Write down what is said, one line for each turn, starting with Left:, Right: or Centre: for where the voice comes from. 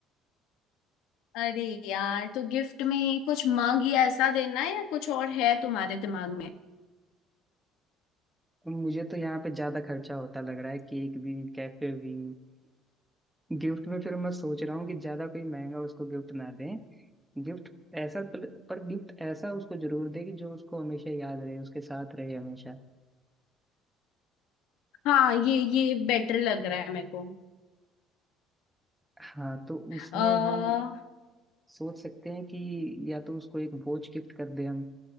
Left: अरे यार तो गिफ्ट में कुछ मग या ऐसा देना है या कुछ और है तुम्हारे दिमाग में
Centre: मुझे तो यहाँ पे ज्यादा खर्चा होता लग रहा है केक भी कैफे भी <laughs> गिफ्ट में फिर मैं सोच रहा हूँ कि ज्यादा कोई महंगा उसको गिफ्ट ना दें गिफ्ट ऐसा पल- पर गिफ्ट ऐसा उसको जरूर दे कि जो उसको हमेशा याद रहे उसके साथ रहे हमेशा
Left: हाँ ये ये बेटर लग रहा है मेरे को
Centre: हाँ तो उसमें
Left: अह
Centre: हम सोच सकते हैं कि या तो उसको एक वॉच गिफ्ट कर दें हम